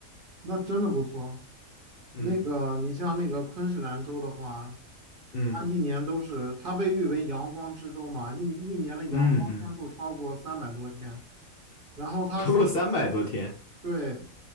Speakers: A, on the right; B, on the left.
A: 那真的不错。那个，
B: 嗯。
A: 你像那个昆士兰州的话，
B: 嗯
A: 它一年都是，它被誉为阳光之州嘛，一一年的阳光天数超过三百多天。
B: 嗯嗯，
A: 然后它
B: 超过三百多天，
A: 对